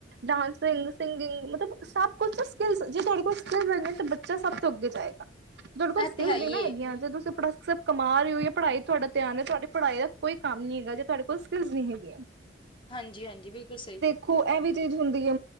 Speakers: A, on the right; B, on the left.
A: ਡਾਂਸਿੰਗ ਸਿੰਗਿੰਗ ਮਤਲਬ ਸਭ ਕੁਛ ਸਕਿਲਸ, ਜੇ ਤੁਹਾਡੇ ਕੋਲ ਸਕਿੱਲਸ ਹੈਗੀਆਂ ਤਾਂ ਬੱਚਾ ਸਭ ਤੋਂ ਅੱਗੇ ਜਾਏਗਾ।
B: <inaudible>
A: ਤੁਹਾਡੇ ਕੋਲ ਸਕਿਲਸ
B: ਹੈ ਹੀ
A: ਨੀਂ ਨਾ
B: ਏ।
A: ਹੈਗੀਆਂ। ਜਾ ਤੁਸੀਂ ਅਪਨਾ ਸਭ ਕਮਾ ਰਹੇ ਹੋ, ਜਾਂ ਪੜ੍ਹਾਈ ਤੁਹਾਡਾ ਧਿਆਨ ਏ, ਤੁਹਾਡੀ ਪੜ੍ਹਾਈ ਦਾ ਕੋਈ ਕੰਮ ਨੀ ਹੈਗਾ, ਜੇ ਤੁਹਾਡੇ ਕੋਲ ਸਕਿਲਜ਼ ਨੀ ਹੈਗੀਆਂ।
B: ਹਾਂਜੀ - ਹਾਂਜੀ ਬਿਲਕੁਲ ਸਹੀ।
A: ਖੋ, ਐ ਵੀ ਚੀਜ਼ ਹੁੰਦੀ ਏ।